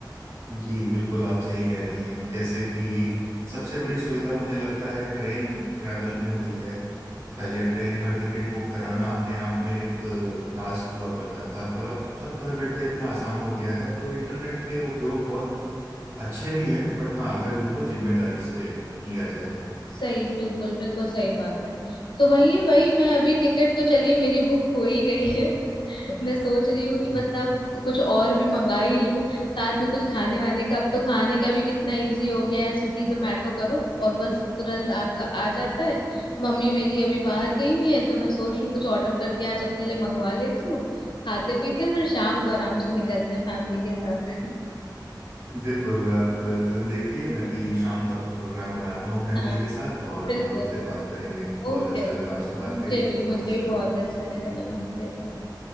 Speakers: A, on the right; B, on the left.
A: जी बिल्कुल आप सही कह रही हैं जैसे कि सबसे बड़ी सुविधा मुझे लगता है ट्रेन ट्रैवल में हुई है पहले ट्रेन का टिकट बुक कराना अपने आप में एक टास्क हुआ करता था पर अब सब घर बैठे इतना आसान हो गया है तो इंटरनेट के उपयोग बहुत अच्छे भी हैं बट हाँ अगर उनको जिम्मेदारी से लिया जाए
B: सही बिल्कुल बिल्कुल सही बात है तो वही है वही मैं अभी टिकट तो चलिए मेरी बुक हो ही गई है मैं सोच रही हूँ कि
A: <laughs>
B: बस अब कुछ और भी मंगा ही लूं साथ में कुछ खाने वाने का अब तो खाने का भी कितना इजी हो गया है स्विगी जोमेटो करो और बस तुरंत आपका आ जाता है मम्मी मेरी अभी बाहर गई हुई है तो मैं सोच रही हूँ कुछ ऑर्डर करके आज अपने लिए मंगवा लेती हूँ खाते पीते हैं, फिर शाम को आराम से निकलते हैं फैमिली के साथ <laughs>
A: बिल्कुल आप फिल्म देखिए मैं भी शाम का कुछ प्रोग्राम बनाता हूँ फैमिली
B: हाँ
A: के साथ और
B: बिल्कुल
A: हम लोग फिर बात करेंगे बहुत
B: ओके
A: अच्छा लगा आपसे बात
B: मुझे
A: करें
B: भी मुझे
A: नमस्कार
B: भी बहुत अच्छा लगा नमस्ते बाय